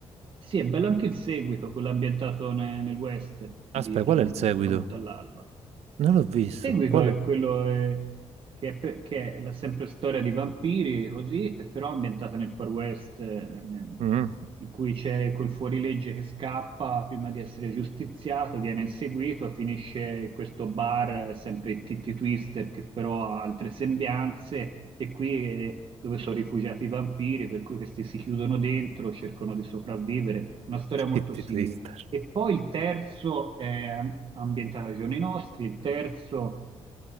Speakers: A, on the right; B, on the right.
A: sì, è bello anche il seguito, quello ambientato ne- nel, West di
B: Aspetta,
A: tra-
B: qual è il seguito?
A: dal tramonto all'alba.
B: Non l'ho visto.
A: Il seguito
B: Qual
A: è
B: è?
A: quello eh, che, è, pe- che è la sempre storia di vampiri, così, e però ambientata nel Far West, eh, ne-
B: Mm.
A: in cui c'è quel fuorilegge che scappa prima di essere giustiziato, viene inseguito, finisce in questo bar, eh, sempre il Titty Twister, che però ha altre sembianze, e qui eh, dove sono rifugiati i vampiri, per cui questi si chiudono dentro, cercano di sopravvivere. Una storia molto
B: Titty
A: simile.
B: Twister.
A: E poi il terzo è ambientato ai giorni nostri, il terzo,